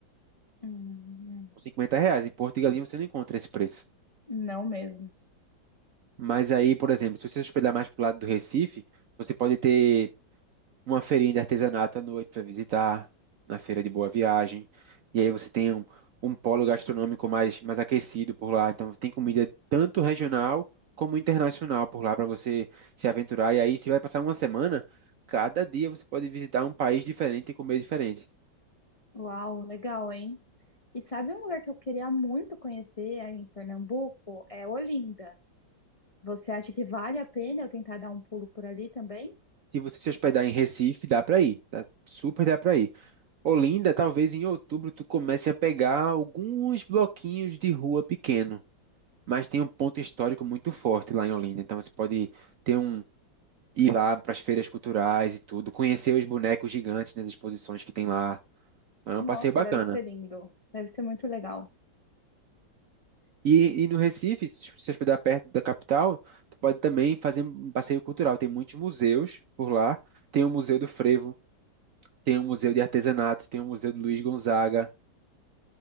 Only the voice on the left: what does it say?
Hum,
não mesmo.
Uau, legal, hein? E sabe um lugar que eu queria muito conhecer aí em Pernambuco? É Olinda. Você acha que vale a pena eu tentar dar um pulo por ali também?
Nossa,
deve ser lindo. Deve ser muito legal.